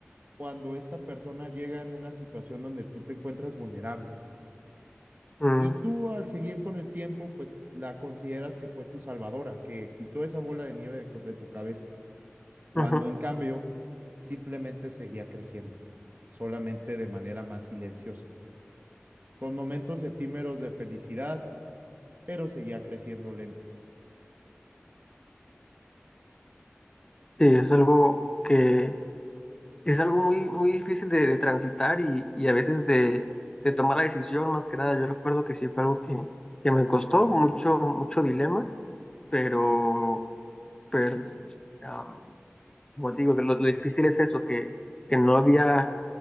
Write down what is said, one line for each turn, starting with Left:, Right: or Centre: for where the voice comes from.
Right: cuando esta persona llega en una situación donde tú te encuentras vulnerable?
Left: Mm,
Right: Y tú al seguir con el tiempo, pues la consideras que fue tu salvadora, que quitó esa bola de nieve de, de tu cabeza, cuando
Left: ujú.
Right: en cambio simplemente seguía creciendo, solamente de manera más silenciosa, con momentos efímeros de felicidad, pero seguía creciendo lento.
Left: Sí, es algo que es algo muy, muy difícil de, de transitar y, y a veces de, de tomar la decisión, más que nada. Yo recuerdo que sí fue algo que, que me costó mucho, mucho dilema, pero, pero ah, como te digo, que lo, lo difícil es eso, que, que no había.